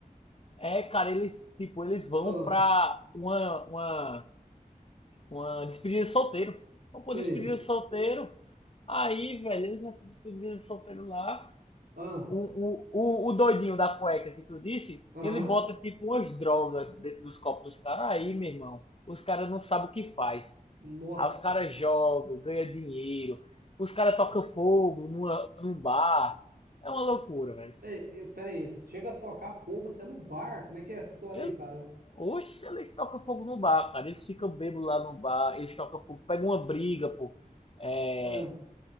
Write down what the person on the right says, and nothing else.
Ah,
sei.
Ah,
aham.
Nossa
senhora.
Ei, ei, pera aí, chega a tocar fogo até no bar. Como é que é essa história
aí, cara? Eu-
Ah,